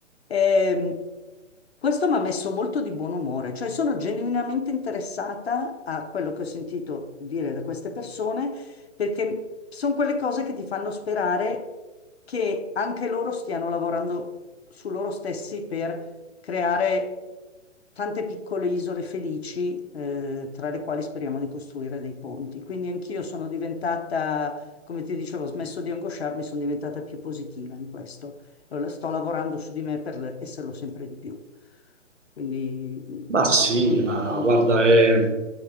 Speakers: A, on the left; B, on the right.
A: Ehm, questo mi ha messo molto di buon umore, cioè sono genuinamente interessata a quello che ho sentito dire da queste persone, perché sono quelle cose che ti fanno sperare che anche loro stiano lavorando su loro stessi per creare tante piccole isole felici, eh, tra le quali speriamo di costruire dei ponti. Quindi anch'io sono diventata, come ti dicevo, ho smesso di angosciarmi, sono diventata più positiva in questo eh, sto lavorando su di me per le- esserlo sempre di più. Quindi mh,
B: Ma sì,
A: con-
B: ma
A: condivido.
B: guarda, è...